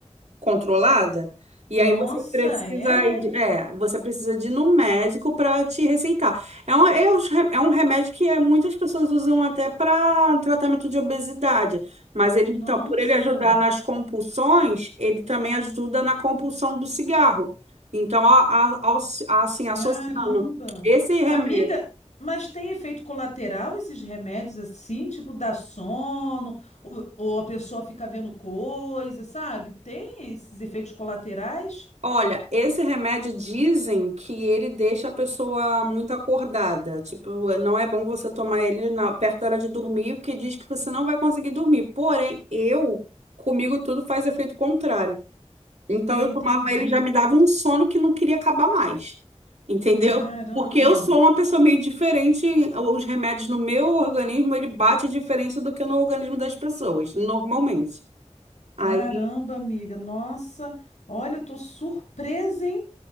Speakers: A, on the right; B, on the left.
A: controlada. E
B: Nossa,
A: aí você precisa
B: é?
A: ir de, é, você precisa de ir no médico para te receitar. É um, é, os re- é um remédio que é, muitas pessoas usam até para tratamento de obesidade. Mas ele,
B: Nossa.
A: então, por ele ajudar nas compulsões, ele também ajuda na compulsão do cigarro. Então, a, a, ao- assim, associando
B: Caramba!
A: esse remédio
B: Amiga, mas tem efeito colateral esses remédios assim? Tipo, dá sono, ou, ou a pessoa fica vendo coisa, sabe? Tem esses efeitos colaterais?
A: Olha, esse remédio dizem que ele deixa a pessoa muito acordada. Tipo, não é bom você tomar ele na- perto da hora de dormir, porque diz que você não vai conseguir dormir. Porém, eu, comigo tudo faz efeito contrário. Então,
B: Eu
A: eu
B: entendi.
A: tomava ele e já me dava um sono que não queria acabar mais. Entendeu?
B: Caramba!
A: Porque eu sou uma pessoa meio diferente. Os remédios no meu organismo, ele bate a diferença do que no organismo das pessoas, normalmente.
B: Caramba,
A: Aí,
B: amiga! Nossa! Olha, eu tô surpresa, hein?